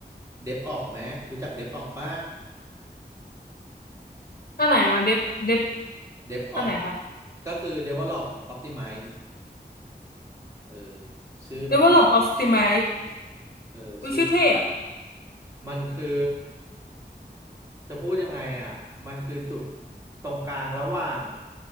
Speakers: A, on the right; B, on the left.
A: เดฟออกไหมรู้จักเดฟออกป่ะ
B: อันไหนอ่ะเดฟเดฟ
A: เดฟออก
B: อันไหนคะ
A: ก็คือ develop optimize เออชื่อมันคือ
B: Develop Optimize
A: เออชื่อ
B: วิชื่อเท่อะ
A: มันคือจะพูดยังไงอ่ะมันคือจุดตรงกลางระหว่าง